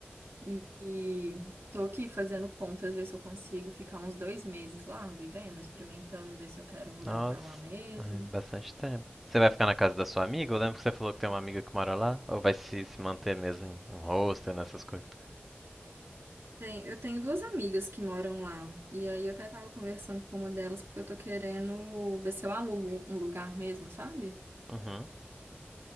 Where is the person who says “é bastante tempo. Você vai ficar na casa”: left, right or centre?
Centre